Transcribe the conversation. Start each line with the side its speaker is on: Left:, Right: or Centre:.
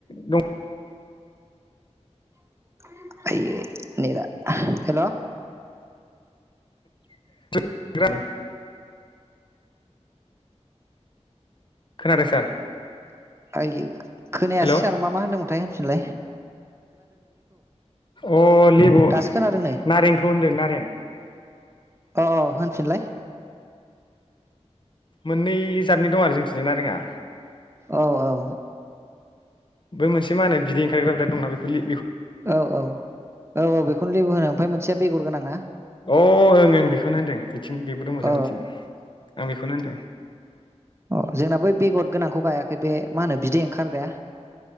Left: दं।
Right: <unintelligible> हेलौ
Left: <unintelligible> खोनादों सार
Right: आइयो खोनायासै
Left: हेलौ
Right: सार मा मा होन्दोंमोनथाय? सुलाय
Left: अ लेबु
Right: दासो खोनादों नै
Left: नारेंखौ होनदों नारें।
Right: अ अ होनफिनलाय
Left: मोननै जादनि दं आरो जोंनिथिंजाय नारेंया
Right: औ औ।
Left: बै मोनसे मा होनो बिदै ओंखारग्रा बिराद दंना बेखौ लि
Right: औ औ औ औ बेखौनो लेबु होनो ओमफ्राय मोनसेया बेगर गोनां ना
Left: अ' ओं ओं बेखौनो होनदों बि थिं बेबो दङ
Right: औ
Left: जोंनिथिं आं बेखौनो होनदों।
Right: अ जोंना बै बेगर गोनांखौ गायाखै बे मा होनो बिदै ओंखारग्राया